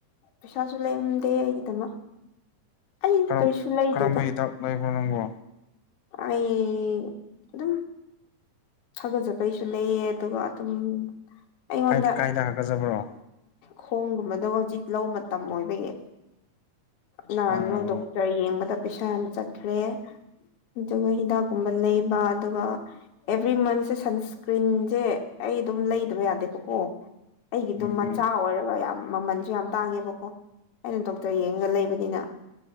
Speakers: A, on the left; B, on the left.
A: ꯄꯩꯁꯥꯁꯨ ꯂꯩꯔꯝꯗꯦ ꯑꯩꯒꯤꯗꯃꯛ ꯑꯩ
B: ꯀꯔꯝ
A: ꯀꯔꯤꯁꯨ ꯂꯩꯗꯦꯗ
B: ꯀꯔꯝꯕ ꯍꯤꯗꯥꯛ ꯂꯩꯕ꯭ꯔꯣ ꯅꯪꯕꯣ
A: ꯑꯩ ꯑꯗꯨ ꯑꯗꯨꯝ ꯊꯥꯒꯠꯆꯕꯩꯁꯨ ꯂꯩꯌꯦ ꯑꯗꯨꯒ ꯑꯗꯨꯝ ꯑꯩꯉꯣꯟꯗ
B: ꯀ ꯀꯥꯏꯗ ꯍꯥꯀꯠꯆꯕ꯭ꯔꯣ
A: ꯈꯣꯡꯒꯨꯝꯕꯗꯣ ꯍꯧꯖꯤꯛ ꯂꯧ ꯃꯇꯝ ꯑꯣꯏꯕꯒꯤ ꯅꯍꯥꯟ
B: ꯎꯝ
A: ꯅꯪ ꯗꯣꯛꯇꯔ ꯌꯦꯡꯕꯗ ꯄꯩꯁꯥ ꯌꯥꯝ ꯆꯠꯈ꯭ꯔꯦ ꯑꯗꯨꯒ ꯍꯤꯗꯥꯛꯀꯨꯝꯕ ꯂꯩꯕ ꯑꯗꯨꯒ ꯑꯦꯕ꯭ꯔꯤ ꯃꯟꯠꯁꯦ ꯁꯟꯁꯀ꯭ꯔꯤꯟꯁꯦ ꯑꯩ ꯑꯗꯨꯝ ꯂꯩꯗꯕ ꯌꯥꯗꯦꯕꯀꯣ ꯑꯩꯒꯤꯗꯨꯝ
B: ꯑ
A: ꯃꯆꯥ ꯑꯣꯏꯔꯒ ꯌꯥꯝ ꯃꯃꯜꯁꯨ ꯌꯥꯝ ꯇꯥꯡꯉꯦꯕꯀꯣ ꯑꯩꯅ ꯗꯣꯛꯇꯔ ꯌꯦꯡꯒ ꯂꯩꯕꯅꯤꯅ